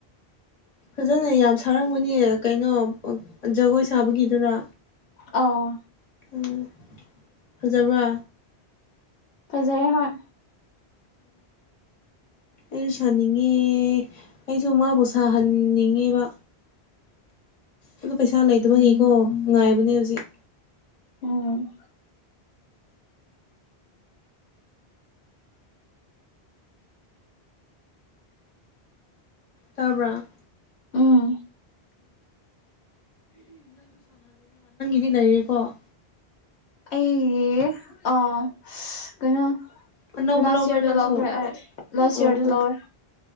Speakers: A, on the left; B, on the left.
A: ꯐꯖꯅ ꯌꯥꯝ ꯁꯥꯔꯝꯒꯅꯦ ꯀꯩꯅꯣ ꯖꯒꯣꯏ ꯁꯥꯕꯒꯤꯗꯨꯔ
B: ꯑꯧ
A: ꯎꯝ ꯐꯖꯕ꯭ꯔꯥ
B: ꯐꯖꯩ ꯍꯣꯏ
A: ꯑꯩ ꯁꯥꯅꯤꯡꯉꯦ ꯑꯩꯁꯨ ꯃꯥꯕꯨ ꯁꯥꯍꯟꯅꯤꯡꯉꯦꯕ ꯑꯗꯨ ꯄꯩꯁꯥ ꯂꯩꯇꯕꯒꯤꯀꯣ ꯉꯥꯏꯕꯅꯦ ꯍꯧꯖꯤꯛ
B: ꯎꯝ
A: ꯇꯥꯕ꯭ꯔꯥ
B: ꯎꯝ
A: ꯃꯤ ꯂꯩꯔꯤꯀꯣ
B: ꯑꯩꯒꯤ ꯑꯥ <unintelligible> ꯀꯩꯅꯣ
A: ꯑꯅꯧꯕ
B: ꯂꯥꯁ
A: ꯂꯧꯕ꯭ꯔꯥ
B: ꯌꯤꯔꯗ
A: ꯅꯪꯁꯨ
B: ꯂꯧꯈ꯭ꯔꯦ ꯑꯩ ꯂꯥꯁ
A: ꯑꯣ
B: ꯌꯤꯔꯗ
A: ꯑꯣ
B: ꯂꯧꯔꯦ